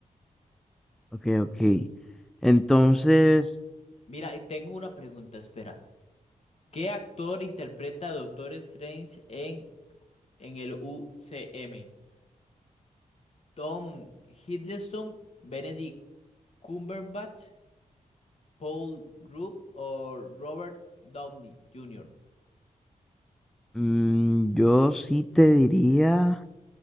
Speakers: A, in the centre; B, on the left.
A: Ok, ok. Entonces,
B: Mira, y tengo una pregunta, espera. ¿Qué actor interpreta a Doctor Strange en, en el UCM? ¿Tom Hiddleston, Benedict Cumberbatch, Paul Rudd o Robert Downey Jr.?
A: mm, yo sí te diría